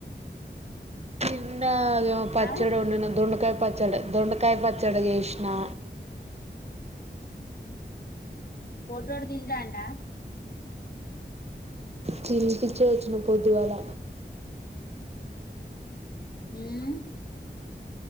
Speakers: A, on the right (about 35°); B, on the left (about 55°).
A: ఇంకా పచ్చడి
B: ఆ!
A: ఉండిన దొండకాయ పచ్చడ దొండకాయ పచ్చ జడ చెస్నా
B: ఫోట్టొడుతింటాండా
A: తినిపించే యచ్చు పొద్దుగాల
B: ఉమ్